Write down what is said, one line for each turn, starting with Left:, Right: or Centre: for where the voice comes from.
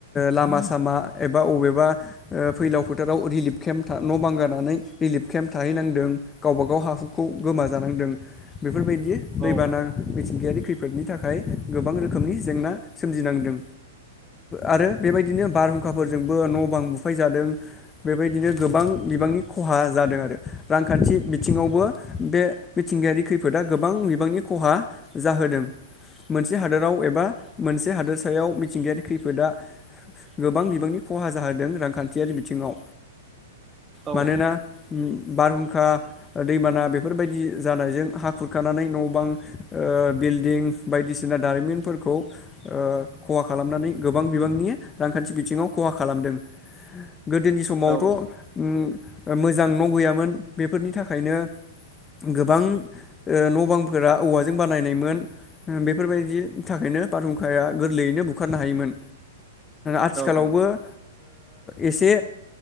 Left: लामा सामा बा बबेबा फैलाव फोथाराव रिलिफ केम्प न' बांगारनानै रिलिफ केम्प थाहैनांदों गावबा गाव हा हुखौ गोमाजानांदों बेफोरबायदि। बियो
Right: औ
Left: दैबाना मिथिंगायारि। खैफोदनि थाखाय गोबां रोखोमनि जेंना सोमजिनांदों आरो बेबायदिनो बारहुंखा। फोरजोंबो न' बां बुफाय जादों बेबायदिनो गोबां बिबांनि खहा जादों आरो रांखान्थि बिथिङावबो बे मिथिंगायारि खैफोदा गोबां बिबांनि खहा जाहोदों मोनसे हादोराव एबा मोनसे हादोरसायाव मिथिंगायारि खैफोदा गोबां बिबांनि खहा जाहोदों रांखान्थियारि बिथिङाव
Right: औ
Left: मानोना बारहुंखा दैबाना बेफोरबायदि जानायजों हा खुरखानानै न' बां बिल्डिं बायदिसिना दारिमिनफोरखौ खहा खालामनानै गोबां बिबांनि रांखान्थि बिथिङाव खहा खालामदों गोदोनि समावथ'।
Right: औ
Left: मोजां न' गैयामोन बेफोरनि थाखायनो गोबां न' बांफोरा औवाजों बानायनायमोन बेफोरबायदिनि थाखायनो फारहुंखाया गोरलैयैनो बुखारनो हायोमोन। आथिखालाव
Right: औ औ
Left: ओ एसे